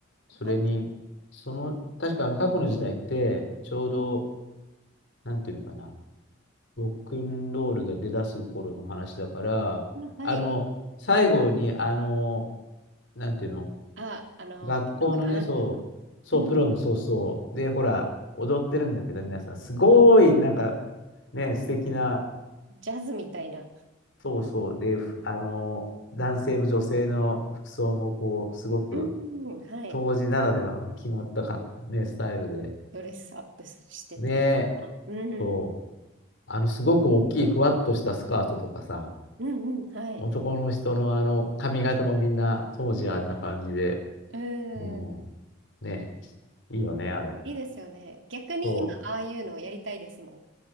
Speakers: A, on the left; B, on the right.
A: それに、
B: あと、
A: その、確かあの過去の時代って、ちょうど、なんていうのかな。ロックンロールが出だす頃の話だから、
B: あはい。
A: あの、最後に、あの、なんていうの、
B: あ、あの、
A: 学校のね、
B: ピロムかなんかの、
A: そう、そう、
B: うんうん、
A: プロム、そうそう、で、ほら、踊ってるんだけど、皆さん、すごい、なんか、ね、素敵な、
B: ジャズみたいな。
A: そうそう、で、ふあの、男性も女性の服装も、こう、すごく、
B: うん、はい。
A: 当時ならではの決まったか、ね、スタイルで、
B: ドレスアップしてて。
A: ね、
B: あうん、うん、
A: そう、あの、すごく大きい、ふわっとしたスカートとかさ、
B: うん、はい。
A: 男の人のあの、髪型もみんな当時あんな感じで。
B: う
A: うん。
B: ん、
A: ね。いいよね、あれ。
B: いいですよね。逆に今、
A: そう。
B: ああいうのをやりたいですもん。